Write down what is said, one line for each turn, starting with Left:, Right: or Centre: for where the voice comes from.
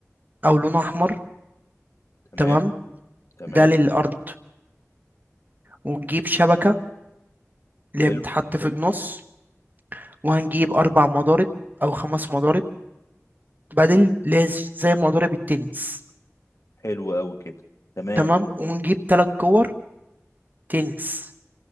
Right: او لون احمر
Left: تمام
Right: تمام
Left: تمام
Right: ده للارض ونجيب شبكة اللي
Left: حلو
Right: هي بتتحط في النص وهنجيب أربع مضارب أو خمس مضارب بدل لاز زي مضارب التنس
Left: حلو أوي كده تمام
Right: تمام ونجيب تلات كور تنس